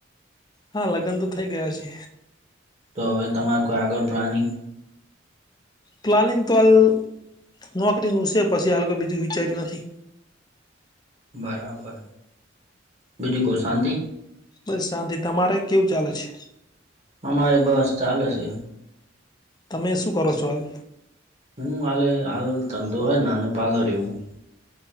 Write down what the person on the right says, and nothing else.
તો, હવે તમારે કોઈ આગળ પ્લાનિંગ?
બરાબર, બીજું કો શાંતિ?
અમારે બસ ચાલે છે.
હું, હાલે હાલ ધંધો હે, નાનું પાલરીયું.